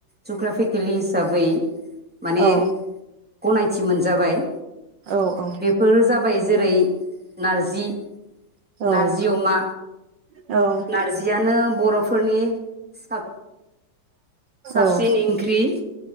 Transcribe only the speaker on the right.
औ
औ औ
औ
औ।
औ